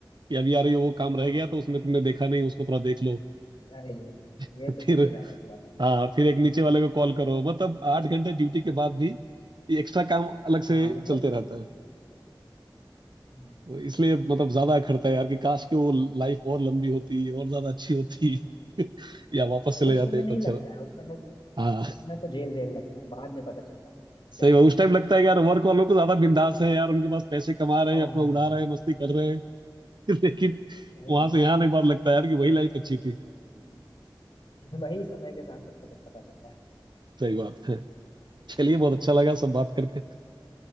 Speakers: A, on the right; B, on the left.
A: कि अभी यार ये वो काम रह गया तो उसमें तुमने देखा नहीं उसको थोड़ा देख लो
B: अरे
A: <laughs>
B: ये तो सबसे
A: फिर
B: ज्यादा बुरा काम
A: हाँ फिर एक नीचे वाले को कॉल करो मतलब आठ घंटे ड्यूटी के बाद भी एक्स्ट्रा काम अलग
B: हाँ
A: से
B: मतलब
A: चलते रहता है
B: हम्म,
A: तो इसलिए मतलब ज्यादा अखरता है यार कि काश कि वो लाइफ और लंबी होती और ज्यादा अच्छी होती <laughs> या वापस
B: और
A: चले
B: उस
A: जाते
B: समय नहीं
A: तो अच्छा
B: लगता है उस समय
A: हाँ
B: उस समय तो जेल जेल लगता है बाद में पता चलता है कि
A: सही
B: क्या ठीक
A: बात उस टाइम
B: है
A: लगता है कि यार वर्क वालों को ज्यादा बिंदास है यार उनके पास पैसे कमा रहे
B: हाँ
A: हैं अपना उड़ा रहे हैं मस्ती कर रहे हैं <laughs> लेकिन
B: वही
A: वहां
B: ना
A: से यहाँ एक बार लगता है यार कि वही लाइफ अच्छी थी
B: हम्म, वही समय के साथ सबको सब पता चलता है
A: सही बात है चलिए बहुत अच्छा लगा सब बात करके